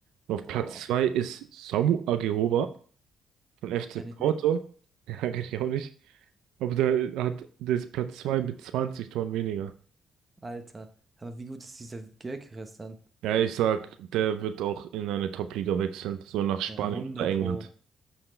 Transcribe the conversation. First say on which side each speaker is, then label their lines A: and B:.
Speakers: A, on the right (about 85°); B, on the right (about 20°).
A: Und auf
B: Boah,
A: Platz 2 ist Samu Agehova. Von F C
B: kenne
A: Porto?
B: ich nicht.
A: <laughs> Ja, kenn ich auch nicht. Aber der hat, der ist Platz 2 mit 20 Toren weniger.
B: Alter. Aber wie gut ist dieser Gyökeres dann?
A: Ja, ich sag, der wird auch in eine Top-Liga wechseln, so nach Spanien
B: Ja, 100
A: oder England.
B: Pro.